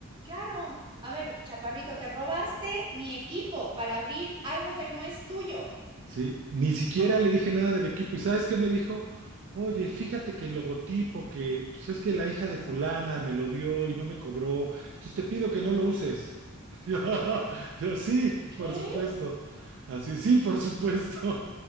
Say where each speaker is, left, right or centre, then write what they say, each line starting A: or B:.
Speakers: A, on the right (about 20°); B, on the right (about 60°).
A: Claro, a ver, chaparrito, te robaste mi equipo para abrir algo que no es tuyo.
B: Sí, ni siquiera le dije nada del equipo. ¿Y sabes qué me dijo? Oye, fíjate que el logotipo, que pues es que la hija de fulana me lo dio y no me cobró. Entonces te pido que no lo uses. <laughs> Yo, yo, sí,
A: ¿Qué?
B: por supuesto. Así, sí, por supuesto.